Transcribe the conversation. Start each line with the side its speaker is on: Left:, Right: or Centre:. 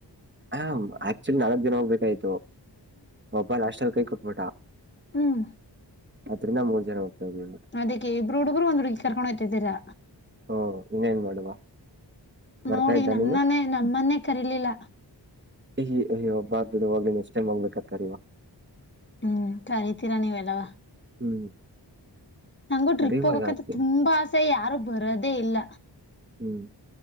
Right: ಹ ಆಕ್ಚುಲಿ ನಾಕ್ ದಿನ ಹೋಗ್ಬೇಕಾಯ್ತು ಒಬ್ಬ ಲಾಸ್ಟಲಿ ಕೈ ಕೊಟ್ಬಿಟ
Left: ಹ್ಮ
Right: ಅದರಿಂದ ಮೂರ್ ಜನ ಹೋಗ್ತಾ ಇದ್ದೀವಿ
Left: ಅದಕ್ಕೆ ಇಬ್ಬರು ಹುಡುಗ್ರು ಒಂದ್ ಹುಡುಗಿ ಕರ್ಕೊಂಡ ಹೊಯ್ತಿದೀರಾ.
Right: ಓ ಇನ್ನೇನ್ ಮಾಡುವ. ಬರ್ತಾ
Left: ನೋಡಿ
Right: ಇದ್ದ
Left: ನನ್ನನೇ
Right: ನೀನು
Left: ನಮ್ಮನ್ನೇ ಕರಿಲಿಲ್ಲ.
Right: ಅಯ್ಯಿ ಅಯ್ಯೋ ಬಾ ಬಿಡುವ ನೆಕ್ಸ್ಟ್ ಟೈಮ್ ಹೋಗ್ಬೇಕಾರೆ ಕರಿವಾ.
Left: ಹ್ಮ್ ಕರಿತೀರಾ ನೀವೆಲ್ಲವಾ.
Right: ಹ್ಮ್
Left: ನಂಗು ಟ್ರಿಪ್
Right: ಕರಿವ
Left: ಹೋಗಕಂತ
Right: ಯಾಕೆ
Left: ತುಂಬಾ ಆಸೆ ಯಾರು ಬರೋದೇ ಇಲ್ಲ.
Right: ಹ್ಮ್